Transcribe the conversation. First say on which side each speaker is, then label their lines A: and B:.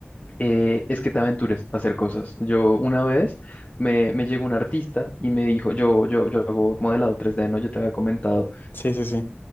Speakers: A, on the left (about 35°); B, on the left (about 55°).
A: eh, es que te aventures a hacer cosas. Yo una vez me, me llegó un artista y me dijo, yo yo yo hago modelado 3D, ¿no? Yo te había comentado
B: Sí, sí, sí.